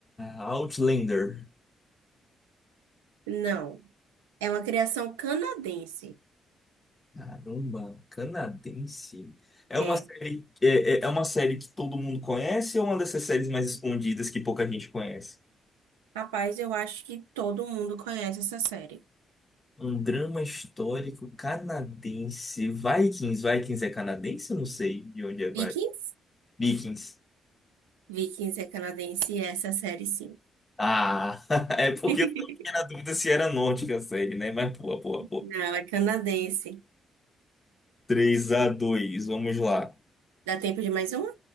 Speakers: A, on the left; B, on the right.
A: Outlander.
B: Não. É uma criação canadense.
A: Caramba, canadense. É
B: É.
A: uma série, é, é é uma série que todo mundo conhece ou uma dessas séries mais escondidas que pouca gente conhece?
B: Rapaz, eu acho que todo mundo conhece essa série.
A: Um drama histórico canadense. Vikings. Vikings é canadense? Eu não sei de onde é Vi-
B: Vikings?
A: Vikings.
B: Vikings é canadense e é essa série sim.
A: Ah, <laughs> é porque
B: <laughs>
A: eu fiquei na dúvida se era nórdica a série, né? Mas pô, pô, pô.
B: Não, é canadense.
A: três a dois vamos lá.
B: Dá tempo de mais uma?